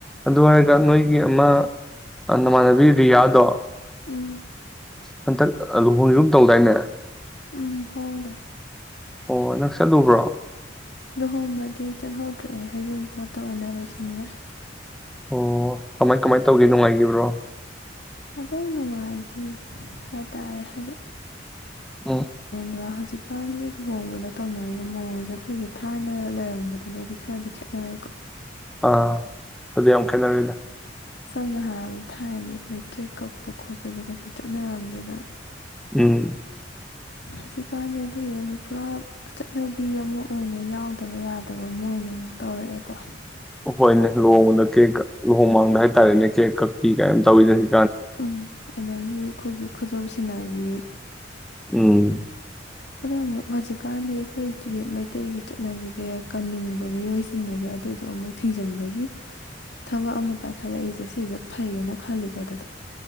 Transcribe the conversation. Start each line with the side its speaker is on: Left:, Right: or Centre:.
Centre: ꯑꯗꯨ ꯑꯣꯏꯔꯒ ꯅꯣꯏꯒꯤ ꯑꯃ ꯅꯃꯥꯟꯅꯕꯤ ꯔꯤꯌꯥꯗꯣ
Left: ꯎꯝ
Centre: ꯍꯟꯇꯛ ꯂꯨꯍꯣꯡꯁꯨ ꯂ ꯇꯧꯗꯥꯏꯅꯦ
Left: ꯎꯝ ꯍꯣꯡꯈ꯭ꯔꯦ
Centre: ꯑꯣ ꯅ ꯆꯠꯂꯨꯕ꯭ꯔꯣ
Left: ꯂꯨꯍꯣꯡꯕꯗꯤ ꯆꯠꯍꯧꯗ꯭ꯔꯑꯦ ꯍꯖ ꯄꯣꯠꯇ ꯑꯣꯏꯅ ꯂꯣꯏꯁꯤꯟꯈ꯭ꯔꯦ
Centre: ꯑꯣ ꯀꯃꯥꯏ ꯀꯃꯥꯏꯅ ꯇꯧꯒꯦ ꯅꯨꯡꯉꯥꯏꯈꯤꯕ꯭ꯔꯣ
Left: ꯑꯗꯨꯝ ꯅꯨꯡꯉꯥꯏꯈꯤ ꯍꯥꯏꯇꯥꯔꯦ ꯍꯥꯏꯗꯤ
Centre: ꯎ
Left: ꯑꯗ ꯍꯧꯖꯤꯛꯀꯥꯟꯒꯤ ꯂꯨꯍꯣꯡꯕꯗ ꯇꯧꯅꯔꯤꯕ ꯃꯑꯣꯡꯁꯦ ꯑꯩꯈꯣꯏꯒꯤ ꯊꯥꯏꯅ ꯂꯩꯔꯝꯕꯗꯨꯒꯗꯤ ꯈꯔꯗꯤ ꯈꯦꯠꯅꯔꯦꯀꯣ
Centre: ꯑꯥ ꯑꯗꯨ ꯌꯥꯝ ꯈꯦꯠꯅꯔꯤꯗ
Left: ꯁꯝꯅ ꯍꯥꯏꯔꯕꯗ ꯊꯥꯏꯔꯗꯤ ꯑꯩꯈꯣꯏ ꯀꯦꯛ ꯀꯛꯄ ꯈꯣꯠꯄꯁꯦ ꯀꯩꯁꯨ ꯆꯠꯅꯔꯝꯗꯦꯗꯅ
Centre: ꯎꯝ
Left: ꯍꯧꯖꯤꯛꯀꯥꯟꯗꯤ ꯑꯗꯨꯗ ꯑꯃꯨꯛ ꯄꯨꯔꯥ ꯆꯠꯅꯕꯤ ꯑꯃ ꯑꯣꯏꯅ ꯌꯥꯎꯗꯕ ꯌꯥꯗꯕ ꯑꯃ ꯑꯣꯏꯅ ꯑꯃꯨꯛ ꯇꯧꯔꯛꯑꯦꯀꯣ
Centre: ꯍꯣꯏꯅꯦ ꯂꯨꯉꯗ ꯀꯦꯛ ꯂꯨꯍꯣꯡ ꯃꯥꯡꯗ ꯍꯥꯏꯇꯥꯔꯦꯅꯦ ꯀꯦꯛ ꯀꯛꯄꯤ ꯀꯥꯏ ꯇꯧꯋꯤꯅ ꯍꯧ
Left: ꯎꯝ ꯑꯗꯒꯤ ꯑꯩꯈꯣꯏꯒꯤ ꯈꯨꯗꯣꯞꯁꯤꯟꯅꯕꯤ
Centre: ꯎꯝ
Left: ꯑꯗꯣ ꯑꯃꯨꯛ ꯍꯧꯖꯤꯛꯀꯥꯟꯗꯤ ꯑꯩꯈꯣꯏꯒꯤ ꯃꯩꯇꯩꯒꯤ ꯆꯠꯅꯕꯤꯁꯦ ꯀꯟꯅꯤꯡꯕ ꯃꯤꯑꯣꯏꯁꯤꯡꯅꯗꯤ ꯑꯗꯨꯗꯣ ꯑꯃꯨꯛ ꯊꯤꯖꯤꯟꯕꯒꯤ ꯊꯕꯛ ꯑꯃ ꯄꯥꯏꯈꯠꯂꯛꯏꯁꯦ ꯁꯤꯁꯦ ꯐꯩꯌꯦꯅ ꯈꯜꯂꯤꯀꯣ ꯑꯗꯨꯗ